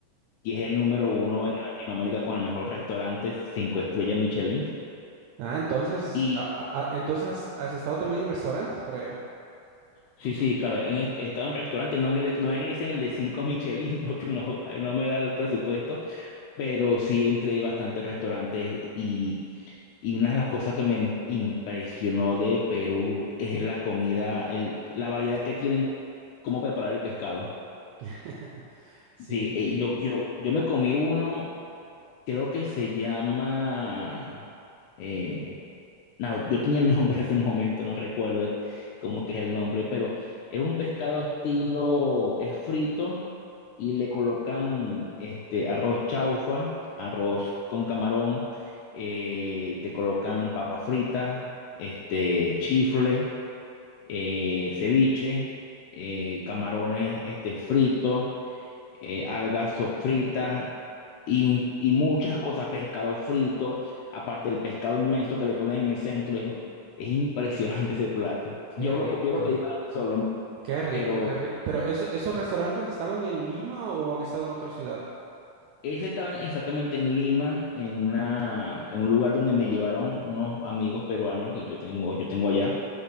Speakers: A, on the left (about 80°); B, on the right (about 80°).
A: y es el número uno en Latinoamérica con el mejor restaurante, cinco estrellas Michelin.
B: Ah, entonces,
A: Y
B: a- a- a- entonces has has estado también en restaurantes por allá.
A: sí, sí, claro, en, he estado en restaurantes, no en el, no en, ese- en el de cinco Michelin, <laughs> porque no, no me da el presupuesto pero sí entré a bastantes restaurantes y, y una de las cosas que me impresionó de Perú es la comida, el- la variedad que tienen, cómo preparar el pescado.
B: <laughs> Sí,
A: Sí, eh, yo, yo, yo me comí uno, creo que se llama, eh, no, yo tenía el nombre <laughs> hace un momento, no recuerdo cómo que es el nombre, pero es un pescado estilo, es frito y le colocan este arroz chaufa, arroz con camarón, eh, te colocan papa frita, este chifle, eh, ceviche, eh, camarones este fritos eh, algas sofritas y, un- y muchas cosas, pescado frito, aparte del pescado inmenso que le ponen en el centro, es, un- es impresionante ese plato.
B: qué
A: Yo
B: rico,
A: lo, co- yo lo pedí para mí solo,
B: qué rico,
A: pero
B: qué rico. Pero eso, ¿esos restaurantes estaban en Lima o han estado en otra ciudad?
A: ese estaba en- exactamente en Lima, en una, en un lugar donde me llevaron unos amigos peruanos que yo tengo, yo tengo allá,